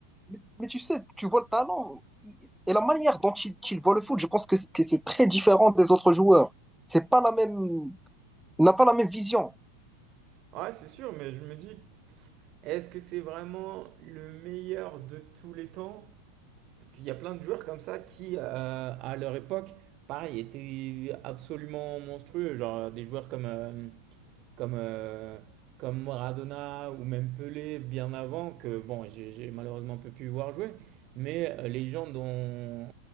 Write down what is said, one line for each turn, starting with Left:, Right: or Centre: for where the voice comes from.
Centre: Mais mais tu sais, tu vois le talent il- et la manière dont il, qu'il voit le foot, je pense que c'est que c'est très différent des autres joueurs. C'est pas la même, il n'a pas la même vision.
Right: Ouais, c'est sûr, mais je me dis, est-ce que c'est vraiment le meilleur de tous les temps? Parce qu'il y a plein de joueurs comme ça qui, euh, à leur époque, pareil, étaient absolument monstrueux. Genre des joueurs comme, euh, comme, euh, comme Maradona ou même Pelé bien avant, que bon, j'ai j'ai malheureusement peu pu voir jouer. Mais euh, les gens dont,